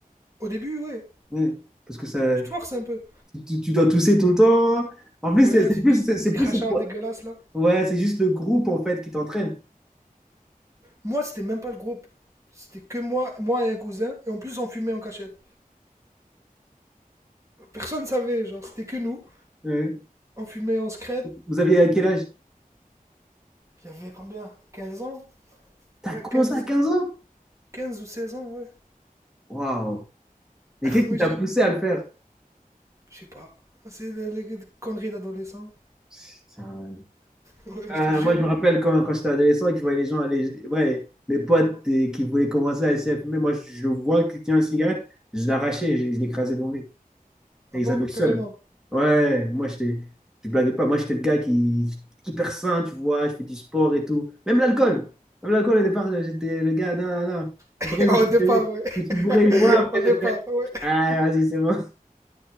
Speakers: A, on the right (about 20°); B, in the centre.
A: Au début, ouais.
B: ouais. Parce que ça,
A: Tu te forces un peu.
B: tu, tu- tu dois tousser tout le temps. En plus,
A: Ouais,
B: c'est c'est
A: tu,
B: plus,
A: tu-
B: c'est c'est
A: les crachats
B: plus, c'est pour-
A: dégueulasses là.
B: ouais, c'est juste le groupe, en fait, qui t'entraîne.
A: Moi, c'était même pas le groupe. C'était que moi, moi et un cousin. Et en plus, on fumait en cachette. Personne savait, genre, c'était que nous.
B: ouais.
A: On fumait en secret.
B: Vous aviez à quel âge?
A: J'avais combien Quinze ans
B: T'as
A: Ouais,
B: commencé
A: Quinze.
B: à 15 ans?
A: 15 ou 16 ans, ouais.
B: Waouh! Mais
A: <laughs>
B: qu'est-ce
A: Moi,
B: qui t'a
A: j'étais
B: poussé à le faire?
A: Je sais pas. C'est les des conneries d'adolescents.
B: Putain.
A: Ouais,
B: Euh,
A: je te jure.
B: moi, je me rappelle quand, quand j'étais adolescent et que je voyais les gens aller, ouais, mes potes et qui voulaient commencer à essayer de fumer. Moi, je, je le vois qui tient une cigarette, je l'arrachais, je, je l'écrasais devant lui.
A: Ah
B: Et
A: bon?
B: ils avaient le seum.
A: Carrément.
B: Ouais, moi, j'étais, je blaguais pas. Moi, j'étais le gars qui, hyper sain, tu vois, je fais du sport et tout. Même l'alcool. Même l'alcool, au départ, j'étais le gars, non, non.
A: <laughs>
B: Après,
A: Au
B: je me suis,
A: départ,
B: fait-
A: ouais.
B: je me suis bourré
A: <laughs>
B: une fois, après,
A: Au départ,
B: j'ai fait,
A: ouais.
B: ah, vas-y, c'est bon.